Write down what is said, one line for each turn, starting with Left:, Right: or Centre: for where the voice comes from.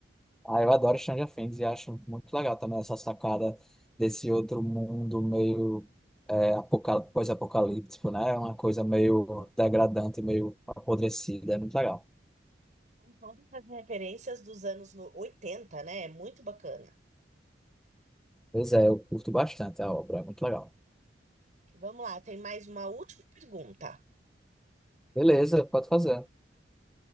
Centre: Aí eu adoro Stranger Things e acho muito legal também essa sacada desse outro mundo meio é, apocal- pós-apocalíptico, né? É Uma coisa meio
Right: Então,
Centre: degradante, meio apodrecida, é muito legal.
Right: são todas as referências dos anos no- oitenta né? É muito bacana.
Centre: Pois é, eu curto bastante a obra, é muito legal.
Right: Vamos lá, tem mais uma última pergunta.
Centre: Beleza, pode fazer.